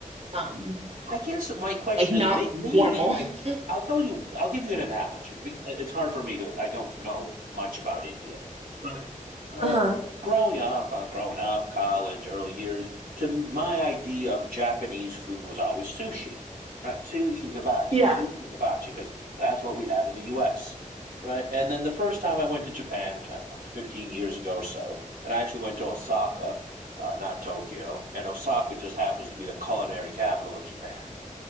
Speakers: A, on the right; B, on the right.
A: um,
B: I guess my question
A: like not
B: is may- maybe
A: formal.
B: like
A: <laughs>
B: I'll tell you I'll give you an analogy because it's hard for me to I don't know much about India, but uh,
A: Uh-huh.
B: growing up, uh, growing up, college, early years, to my idea of Japanese food was always sushi, right? Sushi hibachi,
A: Yeah.
B: sushi hibachi, because that's what we have in the U.S. Right, and then the first time I went to Japan, which I don't know, was 15 years ago or so, and I actually went to Osaka, uh, not Tokyo, and Osaka just happens to be the culinary capital of Japan.